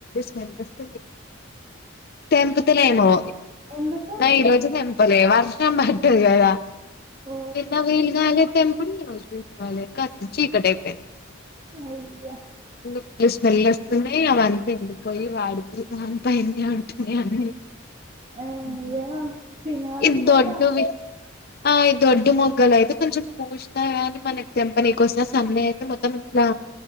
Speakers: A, on the left; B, on the right.
A: స్మెల్ వస్తది తెంపుతాలేము
B: ఎందుకు
A: ఈ రోజు తెంపలే వర్షం పడ్డది కదా
B: ఓ
A: నిన్న వీలుకాలే తెంపుడు ఈ రోజు వీలుకాలే ఖతం చీకటై పెళ్ళా
B: అయ్యా
A: ఫుల్లు స్మెల్ వస్తున్నాయి అవంతా ఎండిపోయి వాడితే దాని పైనే ఉంటున్నాయి అన్నీ
B: అయ్యో
A: ఊహూ
B: పిన్ని వాళ్ళ
A: ఇది
B: ఇంట్లో
A: దొడ్డువి
B: కూడా
A: ఆ ఈ దొడ్డు మొగ్గలు అయితే కొంచెం పూషినాయి కానీ మనకి తెంపనీకు వస్సినా సండే అయితే మొత్తం ఇట్లా